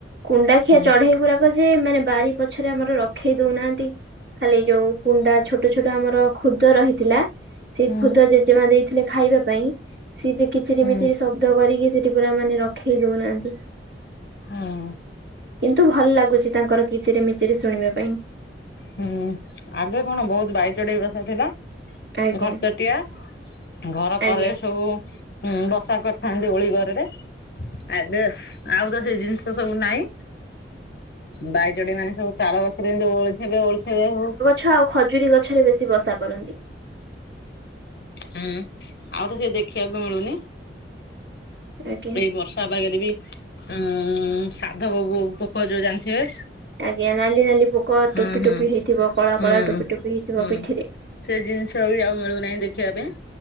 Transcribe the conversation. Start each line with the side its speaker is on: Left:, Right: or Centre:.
Right: କୁଣ୍ଡାଖିଆ
Left: ହୁଁ
Right: ଚଢେଇ ଗୁଡାକ ଯେ ମାନେ ବାରି ପଛରେ ଆମର ରଖେଇ ଦଉନାହାନ୍ତି। ଖାଲି ଯୋଉ କୁଣ୍ଡା ଛୋଟ ଛୋଟ ଆମର ଖୁଦ ରହିଥିଲା ସେ
Left: ହୁଁ
Right: ଖୁଦ ଜେଜେମା ଦେଇଥିଲେ ଖାଇବା ପାଇଁ, ସିଏ ଯେ କିଚିରି
Left: ହୁଁ
Right: ମିଚିରି ସବୁ କାଦୁଅ କରିକି ସେଠି ପୁରା ମାନେ ରଖେଇ ଦଉନାହାନ୍ତି।
Left: ହଁ ଅଁ
Right: କିନ୍ତୁ ଭଲ ଲାଗୁଛି ତାଙ୍କର କିଚିରି ମିଚିରି ଶୁଣିବା ପାଇଁ
Left: ହୁଁ, ଆଗେ କଣ ବହୁତ ବାଇ ଚଢେଇ ବସାଥିଲା।
Right: ଆଜ୍ଞା
Left: ଘରଚଟିଆ ଘର
Right: ଆଜ୍ଞା
Left: କରେ ସବୁ ହୁଁ ବସା କରିଥାନ୍ତି ଓଳି ଗରରେ। ଆଗ ଆଉ ତ ସେ ଜିନିଷ ସବୁ ନାଇଁ ବାଇଚଢେଇ ମାନେ ସବୁ ତାଳ ଗଛରେ ଯେମିତି ଓଳିଥିବେ ଓଳିଥିବେ ଆଉ
Right: ଛ ଆଉ ଖଜୁରୀ ଗଛ ରେ ବେଶୀ ବସା କରନ୍ତି।
Left: ହୁଁ ଆଉ ତ ସେ ଦେଖିବାକୁ ମିଳୁନି।
Right: ଆଜ୍ଞା
Left: ଏଇ ବର୍ଷା ପାଖରେ ବି ଉଁ, ସାଧ ବାବୁ ପୋକର ଯୋଉ ଜାଣିଥିବେ?
Right: ଆଜ୍ଞା, ନାଲି ନାଲି ପୋକ,
Left: ହୁଁ
Right: ଟୋପି
Left: ହୁଁ।
Right: ଟୋପି ହେଇଥିବ, କଳା
Left: ହୁଁ
Right: କଳା ଟୋପି ଟୋପି ହେଇଥିବ
Left: ହୁଁ
Right: ପିଠିରେ
Left: ସେ ଜିନିଷ ବି ଆଉ ମିଳୁନାହିଁ ଦେଖିବା ପାଇଁ